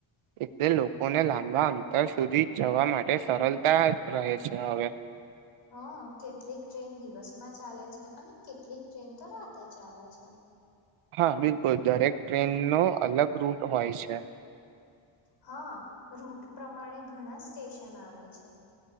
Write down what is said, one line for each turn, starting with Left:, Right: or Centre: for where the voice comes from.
Right: એટલે લોકોને લાંબા અંતર સુધી જવા માટે સરળતા રહે છે હવે.
Left: હા કેટલીક ટ્રેન દિવસમાં ચાલે છે અને કેટલીક ટ્રેન તો રાતે ચાલે છે.
Right: હા બિલકુલ દરેક ટ્રેનનો અલગ રૂટ હોય છે.
Left: હ હા. રૂટ પ્રમાણે ઘણા સ્ટેશન આવે છે.